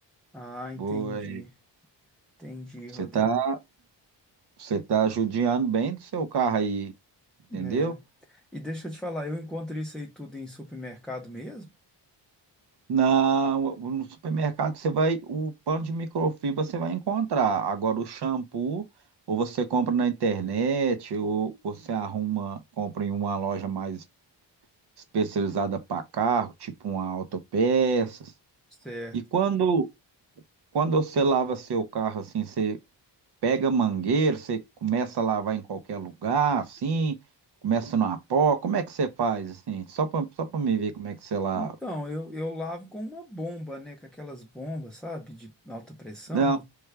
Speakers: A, in the centre; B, on the right (about 60°).
A: Ah,
B: Boa,
A: entendi, entendi,
B: Você
A: Rodrigo.
B: tá, você tá judiando bem do seu carro aí, entendeu?
A: É. E deixa eu te falar, eu encontro isso aí tudo em supermercado mesmo?
B: Na, no supermercado você vai, o pano de microfibra você vai encontrar. Agora o shampoo, ou você compra na internet, ou você arruma, compra em uma loja mais especializada para carro, tipo uma Autopeças.
A: Certo.
B: E quando, quando você lava seu carro assim, você pega mangueira, você começa a lavar em qualquer lugar, assim, começa numa pó, como é que você faz assim? Só para só para me ver como é que você lava.
A: Então, eu, eu lavo com uma bomba, né? Com aquelas bombas, sabe? De alta pressão.
B: não
A: Eu